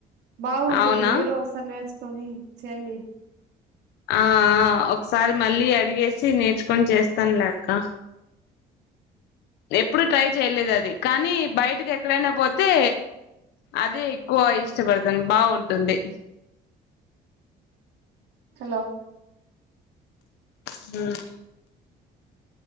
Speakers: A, on the right; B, on the left.
A: బావుటుంది
B: అవునా
A: మీరు ఒకసారి నేర్చు కానీ చేయను
B: ఆ ఆ ఒక్ ఈ సారి మళ్ళీ అడిగేసి నేర్చుకొని చేస్తాను లే అక్క ఎప్పుడు ట్రై చేయలేదు అది కానీ బయటికి ఎక్కడైనా పోతే అదే ఎక్కువ ఇష్టపడుతాను బావుంటుంది
A: హాలో
B: హుమ్